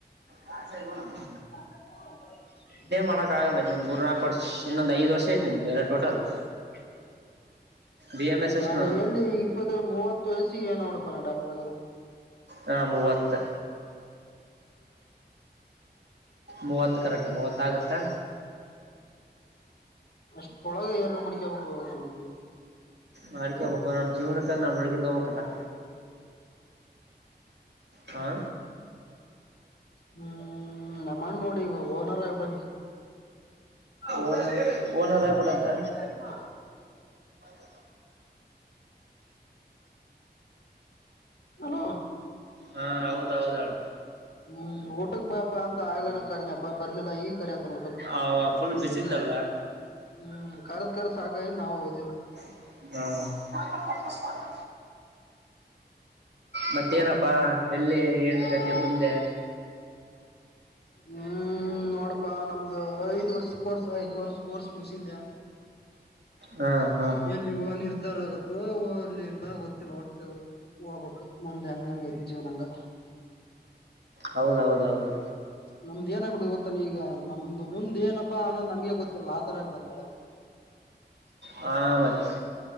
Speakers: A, on the right; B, on the left.
A: ಹಾಂ ಸರಿ <unintelligible>
B: ಹ
A: ಮಾಡಕ್ ಆಗಲ್ಲ ಇನ್ನೊಂದ್ ಮೂರ್ ನಾಲ್ಕು
B: <inaudible>
A: ವರ್ಷ ಇನ್ನೊಂದ್ ಐದ್ ವರ್ಷ ಐತ್ ನಿಮ್ದು ಎಲ್ಲ ಟೋಟಲ್ ಬಿ ಎಂ ಎಸ್ ಎಷ್ಟ
B: ನಾನು ಎಲ್ಲಿ ಇಪ್ಪತ್ತರಡು ಮೂವತ್ತು ವಯಸ್ಸಿಗೆ ಏನ್ ನೋಡಪನಾ ಡಾಕ್ಟರ್ಗ
A: ಹಾ ಮೂವತ್ತು ಮೂವತ್ತು ಕರೆಕ್ಟ್ ಮೂವತ್ತ ಆಗುತ್ತಾ
B: ಅಷ್ಟೊಳಗ ಏನಾರ ಮಡ್ಕಬೇಕು ನಾವು
A: ಮಾಡ್ಕೋಬೇಕು ನಮ್ ಜೀವನ ನಾವು ನೋಡ್ಕೊಂಡ ಹೋಗಬೇಕು ಅಲಾ ಹಾಂ
B: ಹ್ಮ್ ನಮ್ಮಣ ನೋಡಿ ಓನರ್ ಆಯಬಟಾನಿ ಊಟ
A: ಓನ್ ಓನರ್
B: <unintelligible>
A: ಆಗ್ಬಿಟ್ಟದ <inaudible>
B: ಹಲೋ
A: ಹಾ ಹೌದ ಹೌದ ಹೇಳ
B: ಹ್ಮ್ ಊಟಕ್ ಬಾಪಾ ಅಂತ ಆಗ್ಲೇನ ಕರನಪ್ಪ ಬರ್ಲಿಲ್ಲ ಈಗ ಕರತನ್ ಊಟಕ್
A: ಆಲ <inaudible> ಬಿಜಿ ತ <inaudible>
B: ಹ್ಮ್ ಕರ್ದ್ ಕರ್ ಸಾಕಾಗಿ ನಾವು ಓದಿಲ್ಲ
A: ಹ್ಮ ಮತ್ತೇನಪ್ಪಾ ಎಲ್ಲಿ ಏನುತತಿ ಮುಂದೆ
B: ಹ್ಮ್ ನೋಡಪ್ಪಾ ನಮ್ದು ಐದ್ ವರ್ಷ ಕೋರ್ಸ್ ಐದ್ ವರ್ಷ ಕೋರ್ಸ್ ಮುಸಿಂದೆ
A: ಹಾ ಹಾ
B: ಎಲ್ಲಿ ಹೂಹ ನಿರ್ಧಾರ ಆಗುತ್ತೋ ಹ ಅಲ್ಲಿ ಎಲ್ಲ ಗೊತ್ತಿಲ್ಲ ಒಟ್ಟು ಹೋಗಬೆಕು ಮುಂದೆ ಹಂಗ ಹಂಗ ಐತ್ ಜೀವನ ಹಂಗ
A: ಹೌದೌದ ಹೌದು
B: ನಮ್ದ ಏನ ಆಗಬಿಟ್ಟದ ಗೊತ್ತಾನ ಈಗ ನಮ್ದ ಮುಂದನೇಪ್ಪಾ ಅನ್ನೋದು ನಮ್ಗೆ ಗೊತ್ತಿರ್ಲ ಆ ತರ ಆಗ್ಬಿಡದ್ ಬೆಳೆ <inaudible>
A: ಹಾ ಮತ್ತೆ